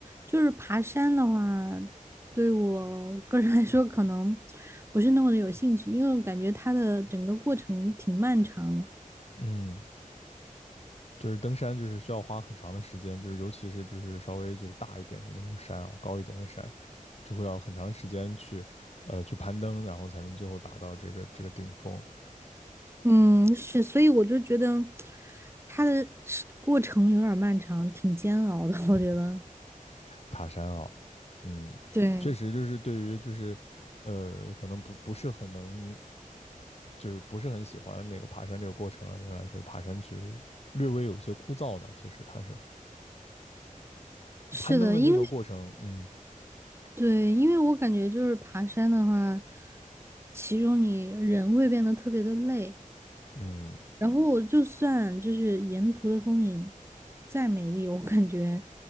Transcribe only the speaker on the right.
就是爬山的话，对我个人来说可能不是那么的有兴趣，因为我感觉它的整个过程挺漫长的。
嗯，是，所以我就觉得它的是过程有点儿漫长，挺煎熬的，我觉得。
对，
是的，
因为
对，因为我感觉就是爬山的话，其中你人会变得特别的累，
然后我就算就是沿途的风景再美丽，我感觉，